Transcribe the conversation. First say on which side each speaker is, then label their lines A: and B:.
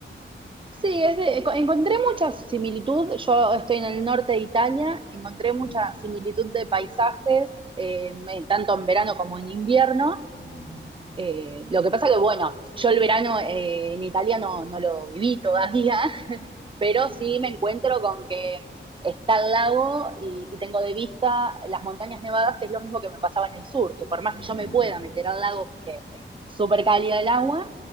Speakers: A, on the right; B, on the right.
A: Sí, es de- enco- encontré mucha similitud. Yo estoy en el norte de Italia, encontré
B: Ujú.
A: mucha similitud de paisajes, eh, en- tanto en verano como en invierno.
B: Mm.
A: Eh, lo que pasa que, bueno, yo el verano eh, en Italia no, no lo viví todavía, pero
B: Ya, pues,
A: sí me encuentro con que está el lago y, y, tengo de vista las montañas nevadas, que es lo mismo que me pasaba en el sur, que por más
B: mm,
A: que yo me pueda meter al lago, porque es súper cálida el agua,